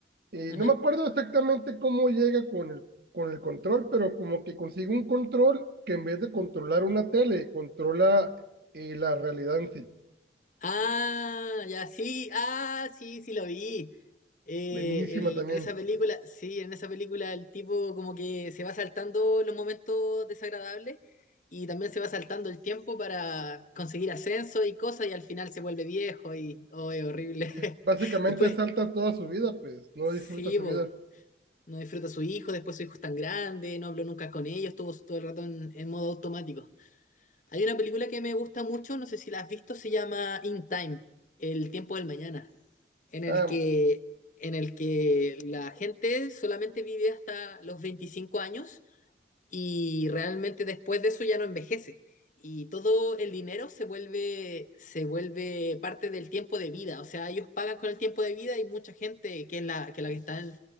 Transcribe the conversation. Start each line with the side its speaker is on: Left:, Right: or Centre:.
Right: eh,
Left: Ajá.
Right: no me acuerdo exactamente cómo llega con el, con el control, pero como que consigue un control que en vez de controlar una tele, controla eh, la realidad en sí.
Left: Ah, ya sí, ah, sí, sí lo vi. Eh,
Right: Buenísima
Left: el-
Right: también.
Left: en esa película, sí, en esa película el tipo como que se va saltando los momentos desagradables y también se va saltando el tiempo para conseguir ascenso y cosas y al final se vuelve viejo y, oh, es horrible.
Right: Eh,
Left: <laughs>
Right: Básicamente
Left: Después,
Right: salta toda su vida, pues, no
Left: sí,
Right: disfruta su
Left: bo,
Right: vida.
Left: no disfruta a su hijo, después su hijo es tan grande, no habló nunca con ellos, estuvo todo el rato en, en modo automático. Hay una película que me gusta mucho, no sé si la has visto, se llama In Time, El tiempo del mañana en el
Right: Ah,
Left: que, en el que la gente solamente vive hasta los 25 años y realmente después de eso ya no envejece. Y todo el dinero se vuelve, se vuelve parte del tiempo de vida. O sea, ellos pagan con el tiempo de vida y mucha gente que es la que, la que está en,